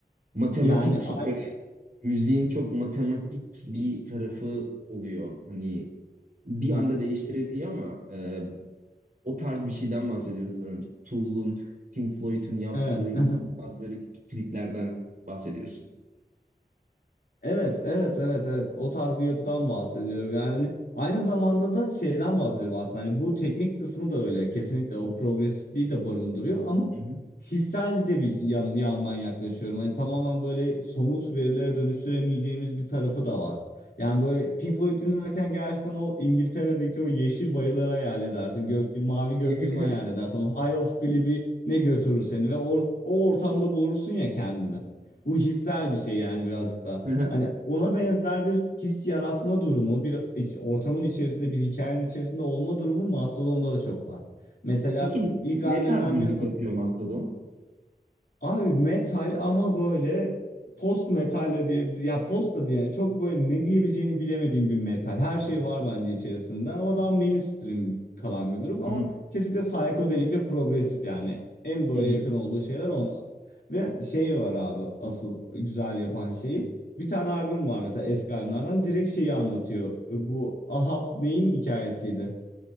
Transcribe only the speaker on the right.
Matematik
böyle müziğin çok matematik bir tarafı oluyor. Hani bir
anda değiştirebiliyor ama e, o tarz bir şeyden bahsediyorum sanırım. İşte Tool'un, Pink Floyd'un yaptığı
inanılmaz
böyle küçük triklerden bahsediyorsun.
Hı hı.
Hı
hı.
<laughs>
Peki
ne
tarz müzik
yapıyor Mastodon?
Hı hı,
hı hı.